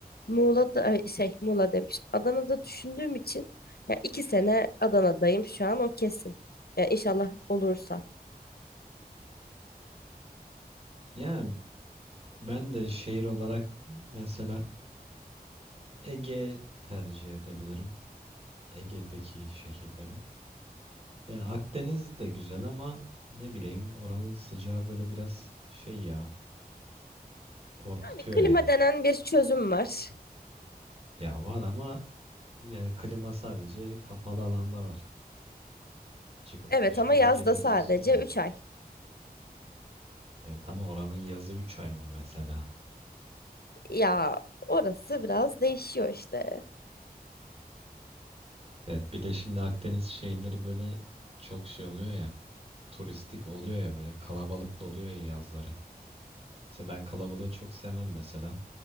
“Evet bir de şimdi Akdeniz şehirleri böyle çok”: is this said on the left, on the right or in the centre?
Right